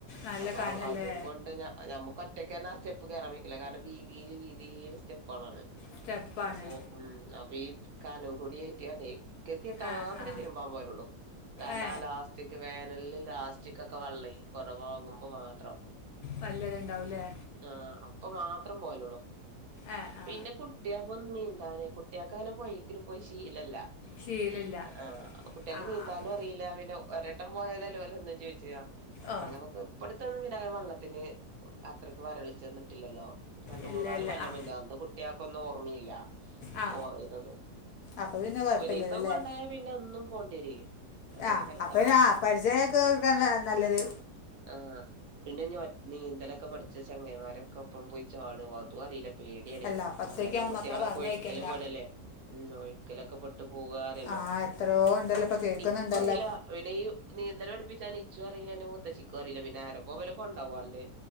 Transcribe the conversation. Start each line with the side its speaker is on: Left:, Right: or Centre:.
Left: നല്ല
Right: അപ്പൊ
Left: കാനല്ലേ
Right: അതും കൊണ്ട് ഞാ നമുക്ക് ഒറ്റക്കന്നെ ആ സ്റ്റെപ്പ് കേറാൻ വെയ്ക്ക്ല്ല കാരണം വീതീല് വീതീല് സ്റ്റെപ്പാളാണ്.
Left: സ്റ്റെപ്പാണ്
Right: അപ്പൊ ഉം അപ്പൊ ഈ കാനം കൂടിഏറ്റിയണ്ടേ കെത്യട്ടാ
Left: ആ
Right: മാത്രേ
Left: ആ
Right: തിര്മ്പാൻ പോലുള്ളൂ കാരണം
Left: ഏ
Right: ആ ലാസ്റ്റിക് വേനല് ലാസ്റ്റ്ക്ക് ച്ചിക്കൊക്കെ വെള്ളെ കുറവകുമ്പോ മാത്രം
Left: പല്ലത് ണ്ടാവുലേ
Right: ആ അപ്പൊ മാത്രം പോവലുള്ളൂ
Left: ആ ആ
Right: പിന്നെ കു കുട്ട്യാക്കോന്ന് നീന്താനേ കുട്ട്യക്ക ങ്ങനെ പോയേക്ക്പോയി ശീലല്ല.
Left: ശീലമില്ല
Right: ആഹ കുട്ടികക്ക്
Left: ആ
Right: നീന്താനും
Left: അപ്പം
Right: അറിയില്ല പിന്നെ ഒരട്ടം പോയാല അല്ല പോലെ ഒന്നും ചോ വിച്ചതാ
Left: ഓ
Right: ഞങ്ങളൊക്കെ ഇപ്പഴത്തെ ഒന്ന് വെള്ളത്തിന് അത്രയ്ക്ക് വരള ചെന്നിട്ടില്ലല്ലോ രണ്ട
Left: ഇല്ല
Right: മൂന്നാല്
Left: ഇല്ല
Right: കൊല്ലം
Left: ആ
Right: കുഞ്ഞ അന്ത് കുട്ടിയക്ക ഒന്നും ഓർമ്മയില്ല
Left: ആ
Right: പോ ഇതൊന്നന്ന്
Left: അപ്പോൾ പിന്നെ കുഴപ്പമില്ലല്ലോ
Right: ഒരിസവും
Left: അല്ലേ
Right: കൊണ്ടായാ പിന്നെ ഒന്നും പോണ്ടിരി അതേകാരം
Left: ആ അപ്പം
Right: ഇണ്ടവാവാ
Left: ആ പരിചയമൊക്കെ കൊടുക്കാൻ നല്ലത്
Right: ആഹ് പിന്നെ ഒറ്റ നീന്തലൊക്കെ പഠിച്ച ചങ്ങരിമാരൊക്കെ ഒപ്പം പോയി ചാളും അതും അറിയില്ല പേടിയണ
Left: അല്ല ഒറ്റയ്ക്കാവും
Right: അന്നത്തെ കുട്ടികളൊക്കെ
Left: മക്കളെ പറഞ്ഞയക്കണ്ട
Right: ഒഴക്കല് പെടല്ലേ ഒഴക്കലൊക്കെ പെട്ടു പോവാ അറിയല്ലോ
Left: ആഹ എത്രയോ ഉണ്ടല്ലോ ഇപ്പൊ കേൾക്കുന്നുണ്ടല്ലോ
Right: ഇക്കും അറിയില്ല പിന്നെ ഈ നീന്തല പഠപ്പിച്ച ഇച്ച അറിയില്ല അെ മുത്തശിക്കും അറിയില്ല പിന്നെ ആരപ്പോ വലക്കണ്ടാവല്ലേ